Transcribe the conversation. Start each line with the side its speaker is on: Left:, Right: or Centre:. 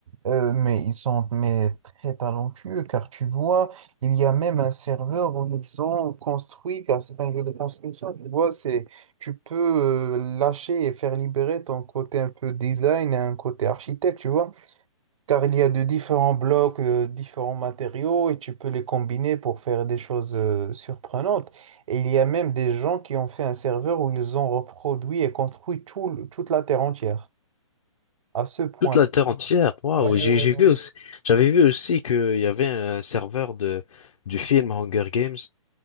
Right: euh, mais ils sont mais très talentueux car tu vois, il y a même un serveur où ils ont construit, car c'est un jeu de construction, tu vois, c'est tu peux euh, lâcher et faire libérer ton côté un peu design et un côté architecte, tu vois. car il y a de différents blocs, euh, différents matériaux et tu peux les combiner pour faire des choses euh, surprenantes. Et il y a même des gens qui ont fait un serveur où ils ont reproduit et construit tout le- toute la Terre entière, à ce point.
Left: Toute la terre entière, waouh,
Right: Ouais,
Left: j'ai,
Right: ouais.
Left: j'ai vu aussi, j'avais vu aussi qu'il y avait un serveur de, du film Hunger Games